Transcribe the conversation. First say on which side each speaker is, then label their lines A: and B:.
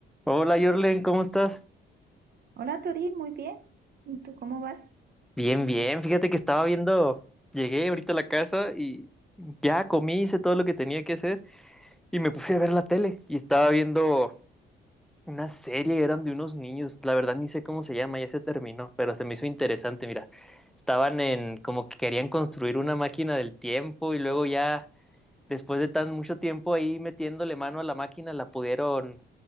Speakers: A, in the centre; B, on the right (about 55°).
A: Hola, Jorlen, ¿cómo estás?
B: Hola Turín, muy bien. ¿Y tú cómo vas?
A: Bien, bien. Fíjate que estaba viendo, llegué ahorita a la casa y ya comí, hice todo lo que tenía que hacer y me puse a ver la tele y estaba viendo una serie, eran de unos niños, la verdad ni sé cómo se llama, ya se terminó, pero se me hizo interesante, mira. Estaban en como que querían construir una máquina del tiempo y luego ya después de tan mucho tiempo ahí metiéndole mano a la máquina, la pudieron,